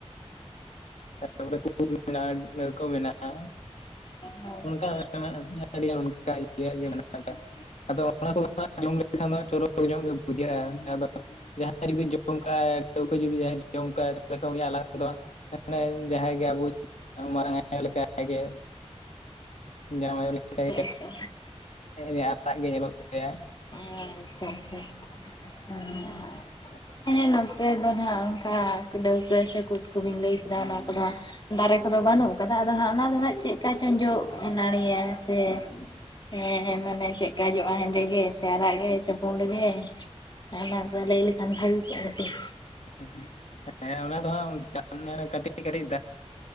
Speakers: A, on the left; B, on the left.
A: ᱛᱟᱨᱯᱚᱨ <inaudible> ᱠᱩᱫ ᱢᱮᱱᱟᱜᱼᱟ ᱱᱟᱹᱣᱠᱟᱹ ᱢᱮᱱᱟᱜᱼᱟ
B: ᱟᱪᱪᱷᱟ
A: ᱚᱱᱠᱟ
B: ᱟᱪᱪᱷᱟ
A: <inaudible> ᱟᱹᱰᱤᱜᱟᱱ ᱚᱱᱠᱟ ᱤᱭᱟ ᱜᱮ ᱢᱮᱱᱟᱜ ᱟᱠᱟᱟᱜ ᱟᱫᱚ ᱚᱱᱟ ᱠᱚ ᱡᱚᱢ ᱞᱮᱠᱷᱟᱱ ᱫᱚ ᱪᱚᱨᱚᱠ ᱧᱚᱜ ᱜᱮ ᱵᱩᱡᱷᱟᱹᱜᱼᱟ ᱟᱫᱚ ᱡᱟᱦᱟᱸᱭ ᱡᱩᱫᱤ ᱡᱚᱢ ᱠᱟ ᱴᱟᱹᱣᱠᱟᱹ <inaudible> ᱡᱩᱫᱤ ᱡᱟᱦᱟᱸ ᱡᱚᱢ ᱠᱟ ᱛᱟᱦᱚᱞᱮ ᱠᱷᱟᱱ ᱩᱱᱤᱭᱟᱜ ᱟᱞᱟᱫᱟ ᱫᱚ <inaudible> ᱢᱟᱱᱮ ᱡᱟᱦᱟᱸᱭ ᱜᱮ ᱟᱵᱚ <inaudible> ᱢᱟᱨᱟᱝ ᱟᱭᱳ ᱞᱮᱠᱟ ᱜᱮ ᱡᱟᱱᱟᱢ ᱟᱭᱳ ᱞᱮᱠᱟ
B: ᱟᱪᱪᱷᱟ
A: <inaudible> ᱟᱨᱟᱜ ᱜᱮ ᱧᱮᱞᱚᱜ ᱛᱟᱭᱟ
B: ᱦᱮᱸ ᱦᱮᱸ ᱦᱮᱸ, ᱦᱮᱸ ᱦᱮᱸ
A: ᱦᱮᱸ ᱜᱚᱜ ᱾
B: ᱦᱮᱸ ᱱᱚᱛᱮ ᱫᱚ ᱱᱟᱜ ᱚᱱᱠᱟ ᱰᱟᱹᱣᱠᱟᱹ ᱥᱮ ᱠᱩᱫ ᱠᱚᱵᱮᱱ ᱞᱟᱹᱭ ᱠᱮᱫᱟ ᱚᱱᱟ ᱠᱚᱫᱚ ᱦᱟᱸᱜ ᱫᱟᱨᱮ ᱠᱚᱫᱚ ᱵᱟᱹᱱᱩᱜ ᱠᱟᱫᱟ ᱟᱫᱚ ᱦᱟᱸᱜ ᱚᱱᱟ ᱫᱚ ᱦᱟᱸᱜ ᱪᱮᱜᱠᱟ ᱪᱚᱝ ᱡᱚᱜ ᱱᱟᱹᱲᱤᱭᱟ ᱥᱮ ᱦᱮᱸ ᱦᱮᱸ, ᱢᱟᱱᱮ ᱪᱮᱜᱠᱟ ᱡᱚᱜᱼᱟ ᱦᱮᱸᱫᱮ ᱜᱮ ᱥᱮ ᱟᱨᱟᱜ ᱜᱮ ᱥᱮ ᱯᱩᱸᱰ ᱜᱮ? ᱚᱱᱟ ᱠᱚ ᱞᱟᱹᱭ ᱞᱮᱠᱷᱟᱱ ᱵᱷᱟᱜᱮ ᱠᱚᱜ-ᱟ ᱠᱟᱹᱴᱤᱡ?
A: ᱴᱮᱸᱭᱚᱜ ᱾ ᱦᱮ ᱚᱱᱟ ᱫᱚ ᱦᱟᱸᱜ ᱚᱱᱠᱟᱜᱮ ᱠᱟᱹᱴᱤᱡ ᱠᱟᱹᱴᱤᱡ